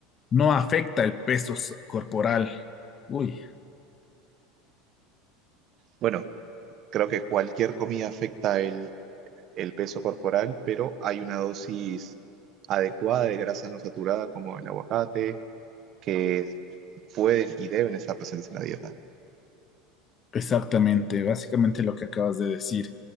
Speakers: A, on the left (about 25°); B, on the right (about 40°).
A: no afecta el peso s- corporal. Uy.
B: Bueno, creo que cualquier comida afecta el, el peso corporal, pero hay una dosis adecuada de grasa no saturada como el aguacate, que pueden y deben estar presentes en la dieta.
A: Exactamente, básicamente lo que acabas de decir.